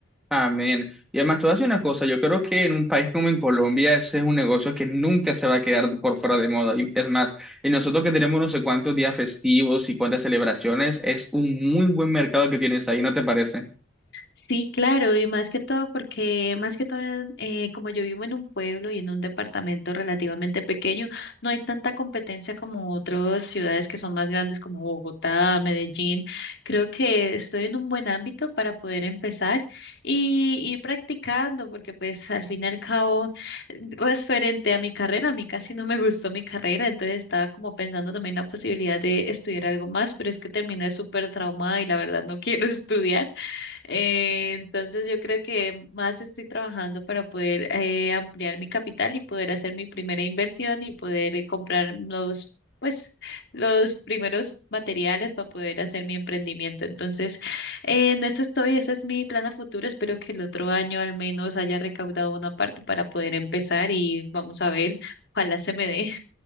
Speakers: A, in the centre; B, on the left (about 55°).
A: Amén. Y además, te voy a decir una cosa, yo creo que en un país como en Colombia ese es un negocio que nunca se va a quedar por fuera de moda. Y es más, y nosotros que tenemos no sé cuántos días festivos y cuántas celebraciones, es un muy buen mercado que tienes ahí, ¿no te parece?
B: Sí, claro, y más que todo porque, más que todo, eh, como yo vivo en un pueblo y en un departamento relativamente pequeño, no hay tanta competencia como otras ciudades que son más grandes como Bogotá, Medellín. Creo que estoy en un buen ámbito para poder empezar y ir practicando, porque pues al fin y al cabo, referente a mi carrera, a mí casi no me gustó mi carrera, entonces estaba como pensando también la posibilidad de estudiar algo más, pero es que terminé súper traumada y la verdad no <laughs> quiero estudiar. Eh, entonces yo creo que más estoy trabajando para poder eh, ampliar mi capital y poder hacer mi primera inversión y poder eh, comprar los, pues, los primeros materiales para poder hacer mi emprendimiento. Entonces, eh, en eso estoy, ese es mi plan a futuro. Espero que el otro año al menos haya recaudado una parte para poder empezar y vamos a ver, ojalá se me dé.